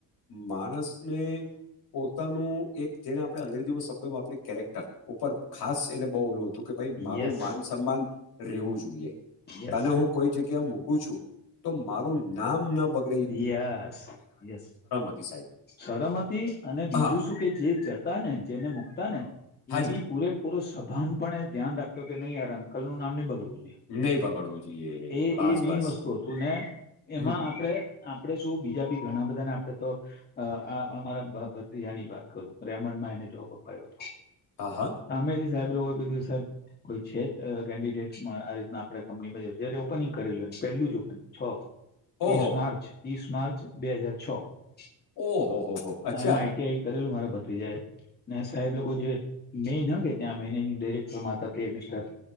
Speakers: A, on the left; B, on the left.
A: માણસને પોતાનું એક જેને આપણે અંગ્રેજીમાં શબ્દો વાપરીએ કેરેક ટર, ઉપર ખાસ એલે બહુ ઓલું હતું કે ભાઈ
B: છે
A: મારું
B: યસ
A: માન સન્માન રેવું જોઈએ.
B: યસ
A: તને હું કોઈ જગ્યા મૂકું છું, તો મારું નામ ના બગ.
B: યસ યસ,
A: હતી સાહેબ
B: સરમતી અને બીજું
A: હા
B: શું કે જે જત ને જેને મકતા ને
A: હાજી
B: એ બી પૂરેપૂરો સભાન પણ એ ધ્યાન રાખ્યો કે નહી યાર અંકલ નું નામ નની બગડું જોઈએ.
A: નહી બગડવું જોઈએ
B: એ
A: બસ
B: એ મેન
A: બસ
B: વસ્તુ હતું ને એમાં
A: હમ
B: આપડે આપડે શું બીજા બી ઘણા બધા ને આપડે તો આ અમારા ભત્રીજા ની જ વાત કરું રેમંડ માં એને જોબ અપાયો હતો.
A: હા હા.
B: સામેથી સાહેબ લોકો કીધું સાહેબ કોઈ છે જ કેન્ડિડેટમાં આ રીતના આપણે કંપનીમાં જ છે ઓપનિંગ કરેલું પહેલું જ ઓપનિંગ. છ. ત્રીસ
A: ઓહો
B: માર્ચ ત્રીસ માર્ચ બે હાજાર છ,
A: ઓહો હો હો હો અચ્છા
B: અને આઈ ટી આઈ કરેલું મારો ભત્રીજાએ ને સાહેબ લોકો જે મેન હ કે ત્યાં મેનેજિંગ ડેરેક્ટર માં હતા તે મિસ્ટર